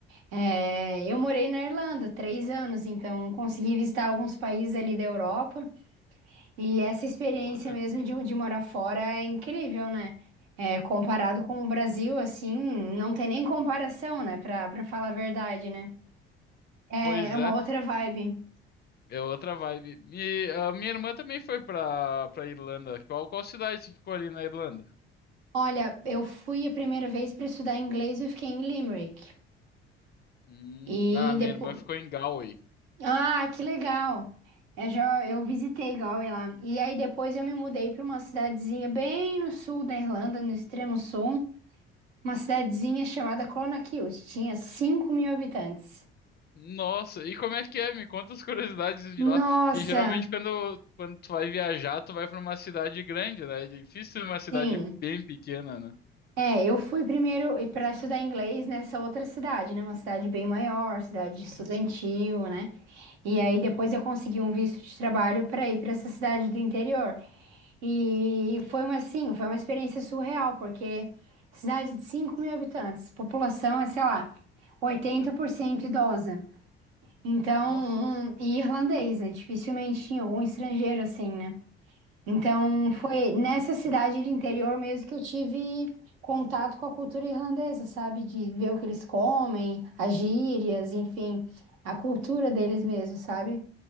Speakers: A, on the right; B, on the left.
A: É, eu morei na Irlanda três anos, então consegui visitar alguns países ali da Europa. E essa experiência
B: Olha.
A: mesmo de, de morar fora é incrível, né? É, comparado com o Brasil, assim, não tem nem comparação, né? Pra, pra falar a verdade, né? É,
B: Pois
A: é uma
B: é.
A: outra vibe.
B: É outra vibe. E a minha irmã também foi pra, pra Irlanda. Qual, qual cidade você ficou ali na Irlanda?
A: Olha, eu fui a primeira vez para estudar inglês, eu fiquei em Limerick.
B: Hum,
A: E
B: ah, minha
A: depois,
B: irmã ficou em Galway.
A: Ah, que legal. Eu já eu visitei Galway lá. E aí depois eu me mudei para uma cidadezinha bem no sul da Irlanda, no extremo sul, uma cidadezinha chamada Clonakilty. Tinha cinco mil habitantes.
B: Nossa, e como é que é? Me conta as <laughs> curiosidades de lá.
A: Nossa,
B: Porque geralmente quando, quando tu vai viajar, tu vai pra uma cidade grande, né? É difícil uma cidade
A: sim.
B: bem pequena, né?
A: É, eu fui primeiro para estudar inglês nessa outra cidade, né? Uma cidade bem maior, cidade estudantil, né? E aí
B: Uhum.
A: depois eu consegui um visto de trabalho para ir para essa cidade do interior. E foi uma, assim, foi uma experiência surreal, porque cidade de cinco mil habitantes, população é, sei lá, 80% idosa. Então,
B: Nossa.
A: e irlandês, né? Dificilmente
B: Uhum.
A: tinha algum estrangeiro assim, né? Então,
B: Nossa.
A: foi nessa cidade de interior mesmo que eu tive contato com a cultura irlandesa, sabe? De ver o que eles comem, as gírias, enfim, a cultura deles mesmo, sabe?